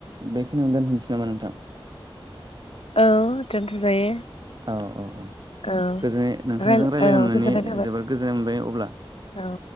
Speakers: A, on the right; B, on the left.
A: बेखिनियावनो दोनथ'नोसै नामा नोंथां?
B: औ दोनथ' जायो
A: औ औ औ
B: औ
A: गोजोन नोंथांजों
B: रायलाय
A: रायज्लायनो
B: औ
A: मोननानै
B: गोजोननाय थाबाय
A: जोबोद गोजोननाय मोनबाय अब्ला
B: औ